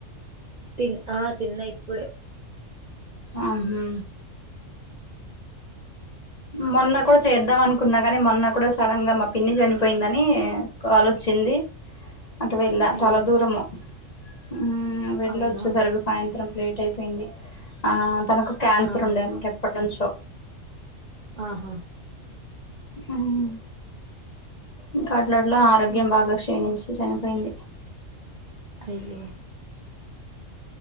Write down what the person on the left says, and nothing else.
అం హ్ మొన్న కూడా చేద్దాం అనుకున్నా కానీ మొన్న కూడా సడన్ గా మా పిన్ని చనిపోయిందని కాల్ ఒచ్చింది అటు వెళ్ళా
చాలా దూరము ఊ వెళ్ళోచ్చే
సరిగుస్ సాయంత్రం లేట్ అయిపోయింది ఆ తనకు క్యాన్సర్
ఉండే అనమాట ఎప్పటినుంచో
మ్మ్ ఇంకా అట్ల అట్ల ఆరోగ్యం
బాగా క్షీణించి చనిపోయింది